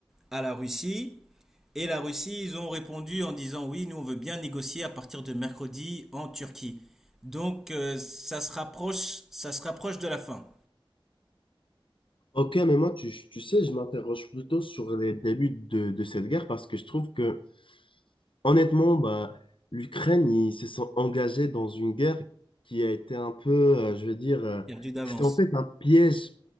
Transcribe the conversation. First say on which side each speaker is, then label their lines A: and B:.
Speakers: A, in the centre; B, on the left (about 65°).
A: à la Russie. Et la Russie, ils ont répondu en disant oui, nous on veut bien négocier à partir de mercredi en Turquie. Donc, euh, ça se rapproche, ça se rapproche de la fin.
B: Ok, mais moi, tu, tu sais, je m'interroge plutôt sur les débuts de, de cette guerre parce que je trouve que, honnêtement, bah, l'Ukraine, ils se sont engagés dans une guerre qui a été un peu, euh, je veux dire, euh,
A: Perdu d'avance.
B: c'était en fait un piège